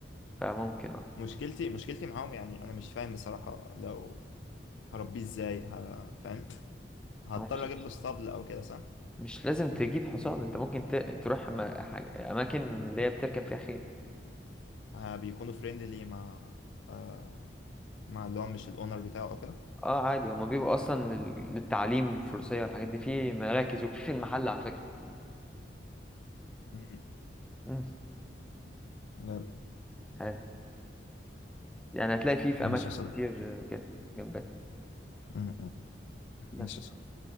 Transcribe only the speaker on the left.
مشكلتي مشكلتي معاهم يعني أنا مش فاهم بصراحة لو هربيه ازاي ه- فاهم هضطر
اجيب له اسطبل او كده صح
آه بيكونوا فريندلي مع آه مع اللي هو مش الاونر بتاعه او كده
مم.
لا
ماشي
يا صديقي
مم. مم.
ماشي يا صديقي